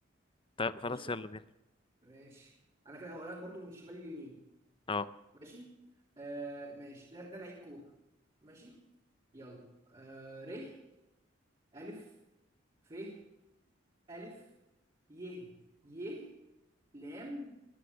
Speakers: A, on the left; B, on the right.
A: طيب خلاص
B: قشطه
A: يلا بينا
B: ماشي انا كده هقولها لك برضو من الشمال اليمين
A: اه
B: ماشي آه ماشي ده, ده لعيب كوره ماشي يلا آه ر الف ف الف ي ي لام